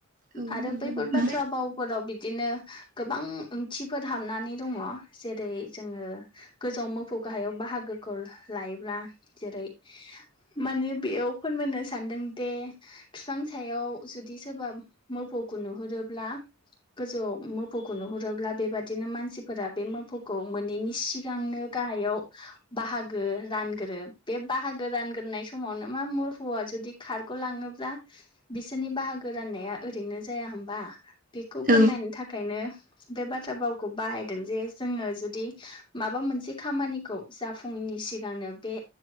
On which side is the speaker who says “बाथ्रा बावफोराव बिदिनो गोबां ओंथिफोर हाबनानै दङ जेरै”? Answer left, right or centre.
Left